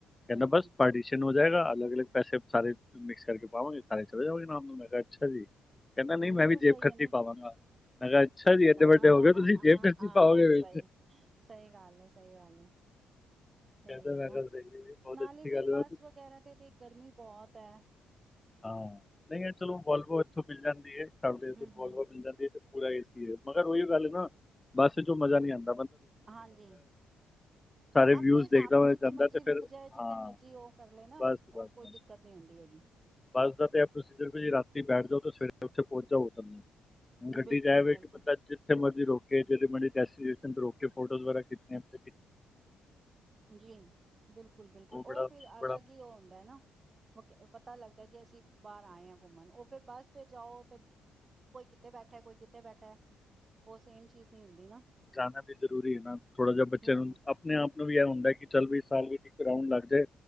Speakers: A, on the left; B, on the right.
A: ਇਹ
B: ਹੂੰ
A: ਦਾ ਬਸ ਪਾਣੀ। ਹੋ ਜਾਏਗਾ ਅਲੱਗ ਅਲੱਗ ਪੈਸੇ ਸਾਰੇ ਮਿਕਸ ਕਰਕੇ ਪਾਵਂਗੇ ਸਾਰੇ ਚਲੇ ਜਾ ਗੇ ਮੈਂ ਕਿਹਾ ਅੱਛਾ ਜੀ। ਕਹਿੰਦਾ ਨਹੀਂ
B: ਹੂੰ
A: ਮੈਂ
B: ਹੂੰ
A: ਵੀ
B: ਤਾਂ
A: ਜੇਬ
B: ਸਹੀ
A: ਖਰਚੀ
B: ਹੈ ਨਾ
A: ਪਾਵਾਂਗਾ ਮੈਂ ਕਿਹਾ ਅੱਛਾ ਜੀ ਐਡੇ ਵੱਡੇ
B: ਹਾਂ
A: ਹੋਗੇ
B: ਹਾਂ ਹਾਂ
A: ਤੁਸੀਂ ਜੇਬ
B: ਹਾਂ
A: ਖਰਚੀ
B: ਹਾਂ
A: ਪਾਓਗੇ ਵਿੱਚ
B: ਸਹੀ ਸਹੀ ਗੱਲ ਹੈ ਸਹੀ ਗੱਲ ਹੈ ਸਹੀ
A: ਕਹਿੰਦਾ
B: ਹੈ
A: ਮੈਂ
B: ਨਾ
A: ਕਿਹਾ ਸਹੀ ਹੈ ਬਹੁਤ
B: ਨਾਲੇ
A: ਅੱਛੀ
B: ਫਿਰ
A: ਗੱਲ
B: ਬੱਸ
A: ਵੈਸੇ।
B: ਵਗੈਰਾ ਤੇ ਤੇ ਗਰਮੀ ਬਹੁਤ ਐ।
A: ਹਾਂ ਨਹੀਂ ਚਲੋ ਵੋਲਵੋ ਇੱਥੋਂ ਮਿਲ ਜਾਂਦੀ ਐ <inaudible> ਵੋਲਵੋ
B: ਹੂੰ ਹੂੰ
A: ਮਿਲ ਜਾਂਦੀ ਐ। ਪੂਰਾ ਏ ਸੀ ਮਗਰ ਉਹੀ ਗੱਲ ਨਾ ਬਸ ਚ ਉਹ ਮਜ਼ਾ ਨਹੀਂ ਆਂਦਾ।
B: ਹਾਂਜੀ
A: ਸਾਰੇ
B: ਆਪਣੇ
A: ਵਿਊਜ਼
B: ਹਿਸਾਬ
A: ਦੇਖਦਾ
B: ਨਾਲ
A: ਹੋਇਆ
B: ਜਿੱਥੇ
A: ਜਾਂਦਾ
B: ਮਰਜ਼ੀ
A: ਤੇ
B: ਰੁਕ
A: ਫਿਰ
B: ਜਾਏ ਜਿੱਥੇ
A: ਹਾਂ
B: ਮਰਜ਼ੀ ਉਹ ਕਰ ਲਏ ਨਾ
A: ਬਸ
B: ਉਹ
A: ਬਸ
B: ਕੋਈ
A: ਬਸ।
B: ਦਿੱਕਤ ਨੀ ਹੁੰਦੀ ਹੈਗੀ
A: ਬੱਸ ਦਾ ਤਾਂ ਇਹ ਪ੍ਰੋਸੀਜਰ ਵੀ ਜੀ ਰਾਤੀ ਬੈਠ ਜਾਓ ਤੇ ਸਵੇਰੇ ਉੱਥੇ ਹੋਰ ਤਾਂ ਕੋਈ ਗੱਲ ਨੀ। ਗੱਡੀ
B: ਬਿਲਕੁਲ
A: ਤੇ ਐ ਵੈ
B: ਬਿਲਕੁਲ
A: ਕਿ ਬੰਦਾ ਜਿੱਥੇ ਮਰਜ਼ੀ ਰੁੱਕ ਕੇ ਜਿੱਥੇ ਮਰਜ਼ੀ ਡਸ਼ਨ ਰੁੱਕ ਕੇ ਫੋਟੋਜ਼ ਵਗੈਰਾ ਖਿੱਚਣੀਆਂ <inaudible>
B: ਜੀ ਬਿਲਕੁਲ ਬਿਲਕੁਲ ਉਹ
A: ਬੜਾ
B: ਫਿਰ ਅਲੱਗ
A: ਬੜਾ
B: ਹੀ ਉਹ ਹੁੰਦਾ ਨਾ ਪਤਾ ਲੱਗਦਾ। ਕਿ ਅਸੀਂ ਬਾਹਰ ਆਏ ਆ ਘੁੰਮਣ ਉਹ ਫੇਰ ਬੱਸ ਤੇ ਜਾਓ ਤੇ ਕੋਈ ਕਿੱਥੇ ਬੈਠਾ ਕੋਈ ਕਿੱਥੇ ਬੈਠਾ ਉਹ ਸੇਮ ਚੀਜ਼ ਨੀ ਹੁੰਦੀ ਨਾ।
A: ਜਾਣਾ ਵੀ ਜ਼ਰੂਰੀ ਹੈ ਨਾ ਥੋੜਾ ਜਿਹਾ ਬੱਚੇ
B: ਹੂੰ
A: ਨੂੰ ਆਪਣੇ ਆਪ ਨੂੰ ਵੀ ਇਹ ਹੁੰਦਾ ਕਿ ਚੱਲ ਵੀ ਸਾਲ ਵਿੱਚ ਇੱਕ ਰਾਊਂਡ ਲੱਗ ਜਾਏ